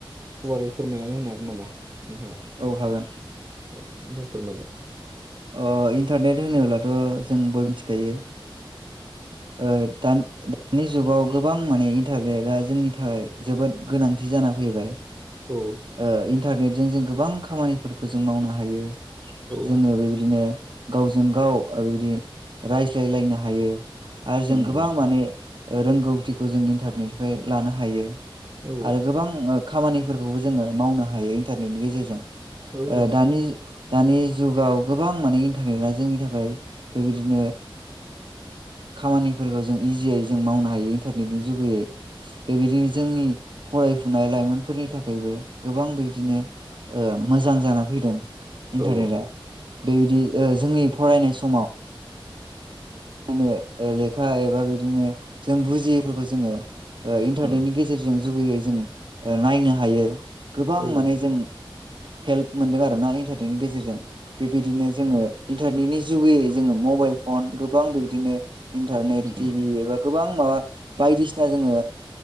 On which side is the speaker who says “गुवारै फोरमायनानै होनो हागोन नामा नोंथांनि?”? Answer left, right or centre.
Right